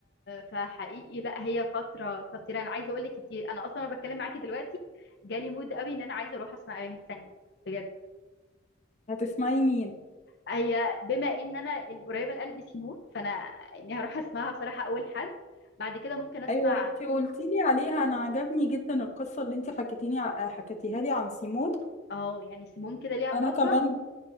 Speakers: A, on the left; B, on the left.
A: فحقيقي لا هي فتره خطيره انا عايزه اقول لك انت انا اصلا انا بتكلم معاكي دلوقتي جالي مود قوي ان انا عايزه اروح اسمع اغاني تانية بجد
B: هتسمعي مين
A: هي بما ان انا القريبه لقلبي سيمون فانا يعني هروح اسمعها بصراحه اول حد بعد كده ممكن اسمع
B: ايوه انتي قلتي لي عليها انا عجبني جدا القصة اللي انتي حكيتيني ع- حكيتيها لي عن سيمون
A: اه يعني سيمون كده ليها
B: انا
A: فتره
B: كمان